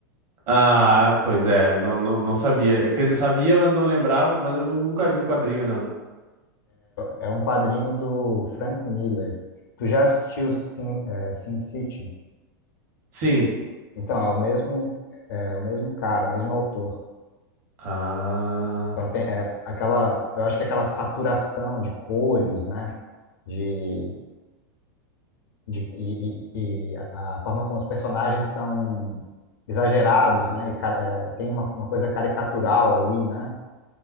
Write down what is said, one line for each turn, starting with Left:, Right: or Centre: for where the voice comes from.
Right: Ah, pois é, não, não, não sabia. Quer dizer, sabia, mas não lembrava, mas eu nu- nunca vi o quadrinho, não.
Left: É um quadrinho do Frank Miller. Tu já assistiu Sin, eh, Sin City?
Right: Sim.
Left: Então, é o mesmo, é o mesmo cara, o mesmo autor.
Right: Ah,
Left: Então, tem é, aquela, eu acho que aquela saturação de cores, né? De, de, e, e- e a, a forma como os personagens são exagerados, né? E, ca- é, tem uma, uma coisa caricatural ali, né?